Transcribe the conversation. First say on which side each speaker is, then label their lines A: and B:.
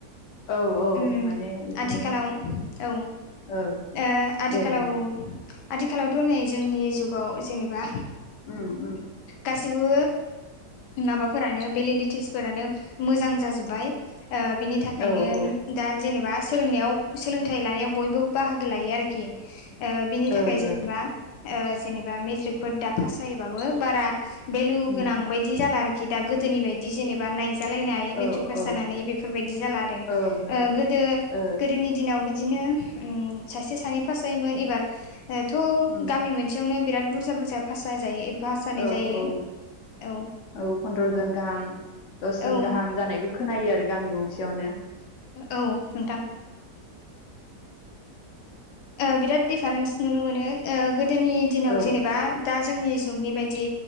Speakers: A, on the left (about 65°); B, on the left (about 85°).
A: औ औ
B: ओम
A: माने बिदिनो
B: आथिखालाव औ
A: ओ
B: आ आथिखालाव
A: दे बुं
B: आथिखालावथ' नै जोंनि जुगाव जेनेबा
A: उम उम
B: गासिबो माबाफोरानो भलिडटिस फोरानो मोजां जाजोब्बाय ओ बिनि थाखायनो
A: औ ओं
B: दा जेनेबा सोंनायाव सोलोंथाइ लानायाव बयबो बाहागो लायो आरोखि। ओ बिनि थाखाय
A: ओं
B: जेनेबा ओ जेनेबा मेट्रिकफोर दा पास जायोबाबो बारा भेलु
A: उम
B: गोनां बायदि जाला आरोखि दा गोदोनि बायदि जेनेबा नाय नायजा लानाय
A: औ
B: मेट्रिक पास
A: औ ओं
B: जानानै बेफोर बादि जाला आरो ओ
A: ओं
B: गोदो
A: ओं
B: गोदोनि दि दिनाव बिदिनो ओम सासे सानै पास जायोमोन एबारथ'
A: उम
B: गामि मोन खनसेयावनो बिराद बुरजा बुरजा फास जाजायो। पास जानाय
A: औ
B: जायो
A: औ
B: औ
A: औ पनन्द्र'जन गाहाम दसजन
B: औ
A: गाहाम जानायखौ खोनायो आरो गामि गंसेयावनो।
B: औ नोंथां ओ बिराद दिडफारेन्स नुनो मोनो ओ गोदोनि दिनाव
A: औ
B: जेनेबा दा जोंनि जुगनि बायदि